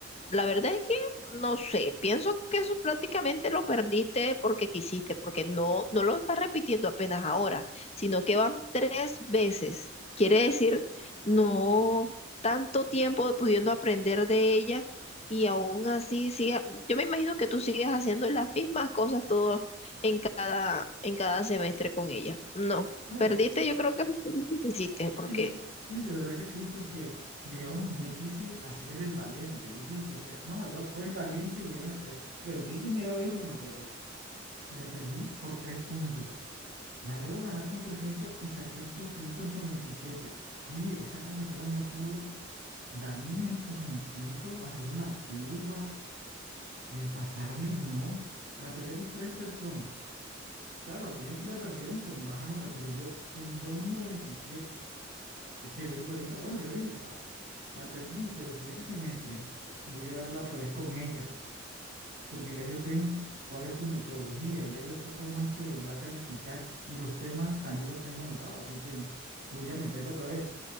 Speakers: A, on the left; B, on the right.
A: La verdad es que no sé, pienso que eso prácticamente lo perdiste porque quisiste, porque no, no lo estás repitiendo apenas ahora, sino que van tres veces. Quiere decir, no tanto tiempo pudiendo aprender de ella y aún así sigue, yo me imagino que tú sigues haciendo las mismas cosas todo en cada, en cada semestre con ella. No,
B: No,
A: perdiste,
B: es que
A: yo creo que <laughs> perdiste, porque
B: sí, sí, de verdad que sí, porque, digamos, me quise hacer el valiente. Yo quise decir, no, yo soy valiente y voy a meter. Perdí primera vez la materia y la perdí por tres puntos. La debo ganar con 300 y saqué doscientos noventa y siete Oye, esa profesora no pudo darme un empujoncito, hacer una curva, eh, pasarme, no. La perdieron tres personas. Claro, aquellos sí la perdieron con baja nota, pero yo en dos coma noventa y siete Es que vergüenza. Bueno, yo dije, "No, la perdí, pero el siguiente semestre voy a darla otra vez con ella, porque ya yo sé cuál es su metodología, ya yo sé cómo es que va a calificar y los temas también los tengo anotados, así que voy a meterla otra vez.